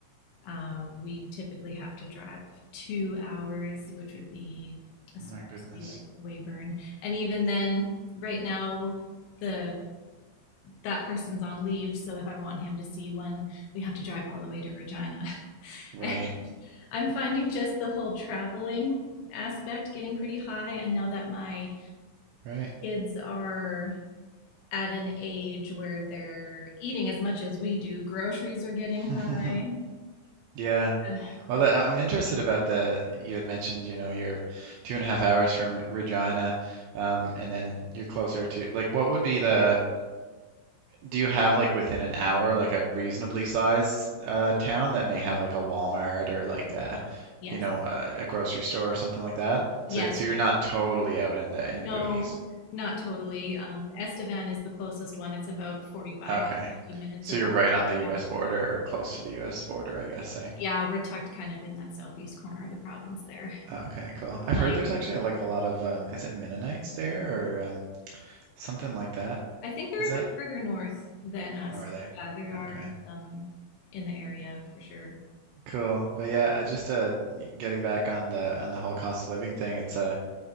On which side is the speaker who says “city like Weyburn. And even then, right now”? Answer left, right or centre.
Left